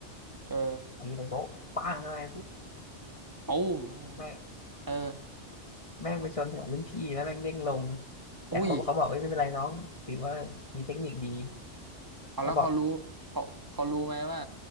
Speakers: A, on the right (about 15°); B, on the left (about 30°).
A: เออ
B: ตีไปโป๊ะปังอะไรปุ๊บ
A: ตูมเลย
B: แม่ง
A: เออ
B: แม่งไปชนหัวรุ่นพี่แล้วแม่งเด้งลงแต่เขาเขาบอกเอ้ยไม่เป็นไรน้องถือว่ามีเทคนิคดี
A: อุ้ยเอาแล้วเขารู้เขาเขารู้ไหมว่า
B: เขาบอก